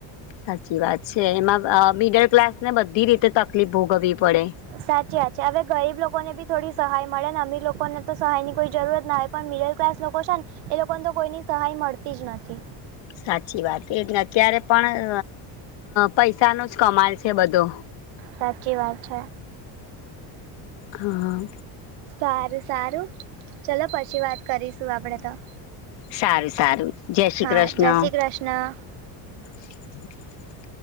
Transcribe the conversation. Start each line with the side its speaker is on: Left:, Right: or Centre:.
Left: સાચી વાત છે એમાં મિડલ ક્લાસને બધી રીતે તકલીફ ભોગવવી પડે.
Right: સાચી વાત છે હવે ગરીબ લોકોને બી થોડી સહાય મળે ને અમીર લોકો ને તો સહાય ની કોઈ જરૂરત ના હોય. પણ મિડલ ક્લાસ લોકો છે ને એ લોકોને તો કોઈની સહાય મળતી જ નથી.
Left: સાચી વાત એ અત્યારે પણ પૈસાનો જ કમાલ છે બધો.
Right: સાચી વાત છે.
Left: હા હા.
Right: સારું સારું ચલો પછી વાત કરીશું આપડે.
Left: સારું સારું જય શ્રી
Right: હા
Left: કૃષ્ણ.
Right: જય શ્રી કૃષ્ણ.
Left: <inaudible>